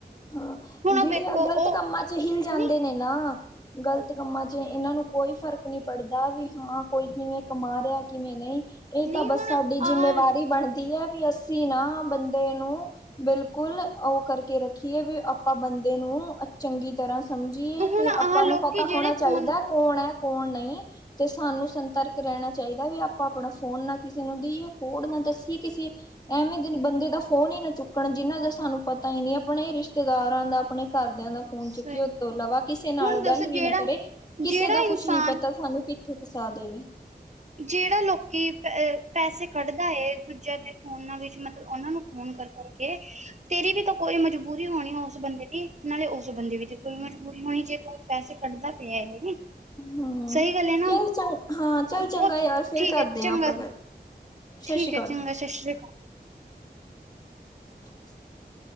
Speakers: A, on the left; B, on the right.
A: ਹਾਂ,
B: ਹੁਣ ਉਹ
A: ਜਿਹੜੇ
B: ਵੇਖੋ
A: ਆ ਗਲਤ
B: ਉਹ
A: ਕੰਮਾਂ ਚ ਹਿਲ ਜਾਂਦੇ
B: ਨਹੀਂ
A: ਨੇ ਨਾ ਗਲਤ ਕੰਮਾਂ ਚ ਇਹਨਾਂ ਨੂੰ ਕੋਈ ਫਰਕ ਨੀ ਪੜਦਾ ਵੀ ਹਾਂ ਕੋਈ ਕਿਵੇਂ ਕਮਾ ਰਿਹਾ ਕਿਵੇਂ ਨਹੀਂ। ਇਹ
B: ਨਹੀਂ
A: ਤਾਂ
B: ਹੁਣ
A: ਬਸ ਸਾਡੀ
B: ਆਹ
A: ਜਿੰਮੇਵਾਰੀ ਬਣਦੀ ਹੈ ਵੀ ਅਸੀਂ ਨਾ ਬੰਦੇ ਨੂੰ ਬਿਲਕੁਲ ਉਹ ਕਰਕੇ ਰੱਖੀਏ ਵੀ ਆਪਾਂ ਬੰਦੇ ਨੂੰ ਚੰਗੀ ਤਰ੍ਹਾਂ ਸਮਝੀਏ
B: ਹੁਣ
A: ਤੇ
B: ਆਹ
A: ਆਪਾਂ
B: ਲੋਕੀ
A: ਨੂੰ ਪਤਾ
B: ਜਿਹੜੇ
A: ਹੋਣਾ ਚਾਹੀਦਾ
B: ਫੋਨ
A: ਕੌਣ ਹੈ ਕੌਣ ਨਹੀਂ, ਤੇ ਸਾਨੂੰ ਸੰਤਰਕ ਰਹਿਣਾ ਚਾਹੀਦਾ ਵੀ ਆਪਾਂ ਆਪਣਾ ਫੋਨ ਨਾ ਕਿਸ ਸੁਣਦੀ ਏ, ਕੋਢ ਨਾ ਦੱਸੀਏ ਕਿਸੇ ਐਵੇਂ ਦਿਨ ਬੰਦੇ ਦਾ ਫੋਨ ਹੀ ਨਾ ਚੁੱਕਣ ਜਿਹਨਾਂ ਦਾ ਸਾਨੂੰ ਪਤਾ ਹੀ ਨੀ ਆਪਣੇ ਰਿਸ਼ਤੇਦਾਰਾਂ ਦਾ ਆਪਣੇ ਘਰਦਿਆਂ ਦਾ ਫੋਨ
B: ਸਹੀ
A: ਚੁੱਕੀਏ ਉਸ ਤੋਂ ਇਲਾਵਾ ਕਿਸੇ ਨਾਲ
B: ਹੁਣ ਦੱਸ
A: ਗੱਲ
B: ਜਿਹੜਾ
A: ਵੀ ਨਾ ਕਰੇ। ਕਿਸੇ
B: ਜਿਹੜਾ
A: ਦਾ
B: ਇਨਸਾਨ
A: ਕੁਛ ਨੀ ਪਤਾ ਸਾਨੂੰ ਕਿੱਥੇ ਫਸਾ ਦੇਵੇ।
B: ਜਿਹੜਾ ਲੋਕੀ ਅ ਪੈਸੇ ਕੱਢਦਾ ਏ ਦੂਜਿਆਂ ਦੇ ਫੋਨਾਂ ਵਿੱਚ ਮਤਲਬ ਉਹਨਾਂ ਨੂੰ ਫੋਨ ਕਰ-ਕਰਕੇ ਤੇਰੀ ਵੀ ਤੋ ਕੋਈ ਮਜਬੂਰੀ ਹੋਣੀ ਉਸ ਬੰਦੇ ਦੀ, ਨਾਲੇ ਉਸ ਬੰਦੇ ਵੀ ਦੀ ਕੋਈ ਮਜਬੂਰੀ ਹੋਣੀ ਜੇ ਤੂੰ ਪੈਸੇ ਕੱਢਦਾ ਪਿਆ ਏ,
A: ਹਮ
B: ਸਈ ਗੱਲ ਏ ਨਾ।
A: ਚੱਲ ਚੰ ਹਾਂ, ਚੱਲ ਚੰਗਾ
B: ਬਹੁਤ
A: ਯਾਰ, ਫੇਰ
B: ਠੀਕ
A: ਕਰਦੇ
B: ਹੈ ਚੰਗਾ
A: ਆਂ ਆਪਾਂ ਗੱਲ। ਸਤਿ
B: ਠੀਕ
A: ਸ਼੍ਰੀ ਅਕਾਲ
B: ਏ, ਚੰਗਾ ਸਤਿ ਸ਼੍ਰੀ ਅਕਾਲ।
A: <unintelligible>